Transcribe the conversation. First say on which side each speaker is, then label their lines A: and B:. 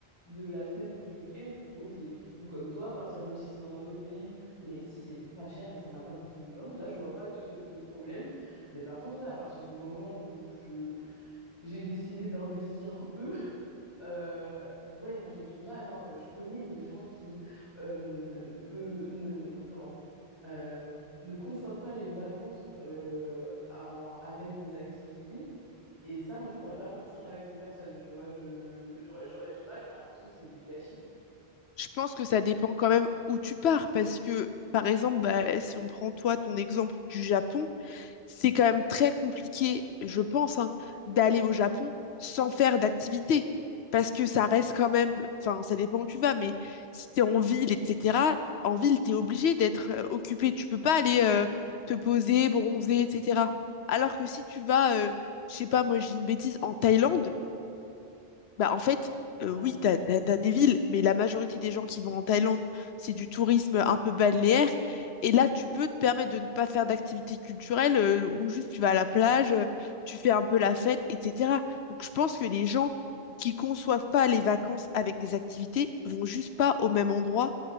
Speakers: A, on the left; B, on the left.
A: de la semaine ou du week-end, ok. Ou comme toi, partir même si c'est dans un autre pays, mais si c'est pas cher et que ça m'a pas coûté une blinde, là, je vois pas de, de problème. Mais par contre, ouais, à partir du moment où je j'ai décidé d'investir un peu. <laughs> Euh, ouais, moi j'ai du mal. hein. Je connais des gens qui euh, peu- ne, comment, euh, ne conçoivent pas les vacances euh, en- avec des activités. Et ça, moi, je pourrais pas partir avec ces personnes. Tu vois, je, j'aurais, j'aurais du mal. J'aurais l'impression que c'est du gâchis.
B: Je pense que ça dépend quand même où tu pars, parce que, par exemple, bah, si on prend toi ton exemple du Japon, c'est quand même très compliqué, je pense, hein, d'aller au Japon sans faire d'activité, parce que ça reste quand même, enfin, ça dépend où tu vas, mais si t'es en ville, etc., en ville, t'es obligé d'être euh, occupé, tu peux pas aller euh, te poser, bronzer, etc. Alors que si tu vas, euh, je sais pas, moi, je dis une bêtise, en Thaïlande, bah, en fait, euh,
A: Ouais,
B: oui, t'as, t'as, t'as des villes, mais la majorité des gens qui vont en Thaïlande, c'est du tourisme un peu balnéaire. Et là, tu peux te permettre de ne pas faire d'activité culturelle euh, ou juste tu vas à la plage, euh, tu fais un peu la fête, etc. Donc, je pense que les gens qui conçoivent pas les vacances avec des activités vont juste pas au même endroit